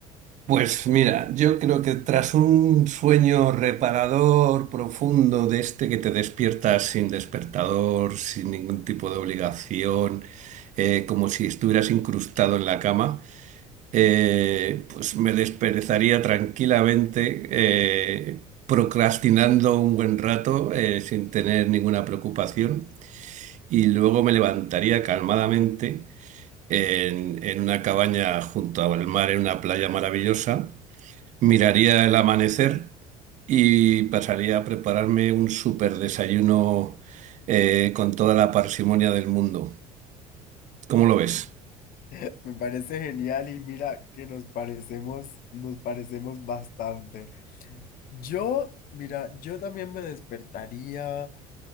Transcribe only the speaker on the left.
<laughs> Me parece genial y mira que nos parecemos, nos parecemos bastante. Yo, mira, yo también me despertaría